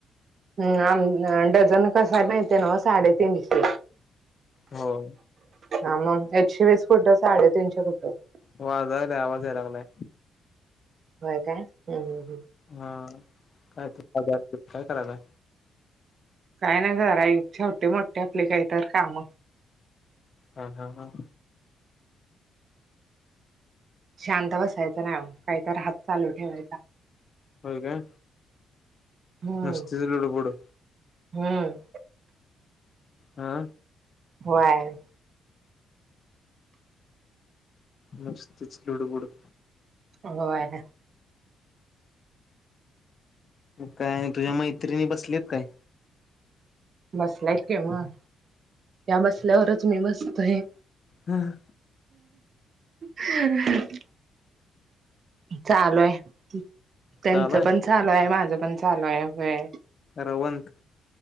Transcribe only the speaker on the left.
हो.
वाज आवाज यायला लागलाय.
हा काय तु बाजार काय करायला.
हा हम हा.
हो का.
नस्त उळबोडू.
हा.
नुसतं चूल बूड.
काय तुझ्या मैत्रिणी बसलीत काय.
हां.
चालाय
रवंथ.